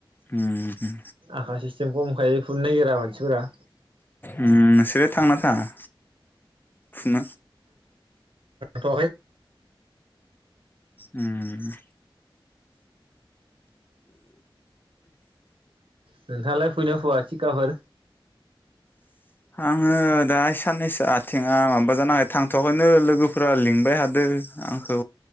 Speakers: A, on the left; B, on the right.
A: उम
B: आखा सिस्टेम खमखाय फुनो नायगिरा मानसिफोरा
A: उम नोंसोर थांना थाङा फुनो
B: खै <inaudible>
A: उम
B: नोंथाङालाय फुयोना फुवा थिखाफोर
A: आङो दा साननैसो आ आथिंआ माबा जानानै थां थहायनो लोगोफोरा लिंबाय थादों आंखौ